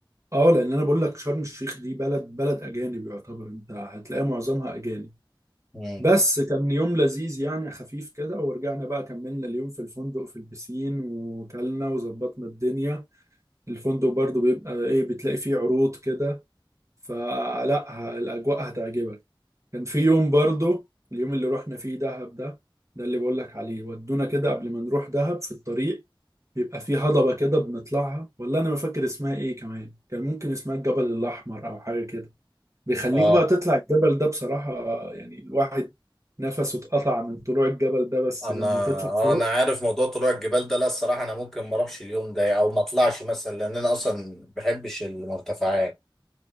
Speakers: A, on the right; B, in the centre.
A: اه لأن أنا بقول لك شرم الشيخ دي بلد بلد أجانب يعتبر أنت هتلاقي معظمها أجانب
B: مم.
A: بس كان يوم لذيذ يعني خفيف كده ورجعنا بقى كملنا اليوم في الفندق في البسين وكلنا وظبطنا الدنيا الفندق برضو بيبقى ايه بتلاقي فيه عروض كده فلا ه- الأجواء هتعجبك كان في يوم برضو اليوم اللي رحنا فيه دهب ده ده اللي بقول لك عليه ودونا كده قبل ما نروح دهب في الطريق بيبقى في هضبة كده بنطلعها والله أنا ما فاكر اسمها إيه كمان كان ممكن اسمها الجبل الأحمر أو حاجة كده بيخليك
B: اه
A: بقى تطلع الجبل ده بصراحة يعني الواحد نفسه اتقطع من طلوع الجبل ده بس
B: انا
A: لما تطلع
B: آه
A: فوق
B: انا عارف موضوع طلوع الجبال ده لا الصراحة انا ممكن ما اروحش اليوم ده او ما اطلعش مثلا لان انا اصلا ما بحبش المرتفعات